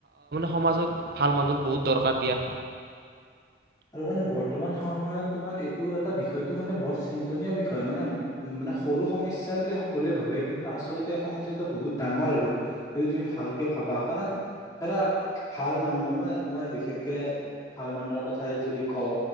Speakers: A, on the right; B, on the left.
A: সমাজত ভাল মানুহৰ বহুত দৰকাৰ দিয়া
B: আৰু মানে বৰ্তমান সময়ত তোমাৰ এইটো এটা বিষয়টো মানে বৰ চিন্তনীয় বিষয় মানে উ মানে সৰু সমস্যা বুলি সকলোৱে ভাবে কিন্তু আচলতে এই সমস্যায়াটো বহুত ডাঙৰ আৰু যদি তুমি ভালকে ভাবা কাৰণ ধৰা ভাল মানুহ মই মই বিশেষকে ভাল মানুহৰ ঠাই যদি কওঁ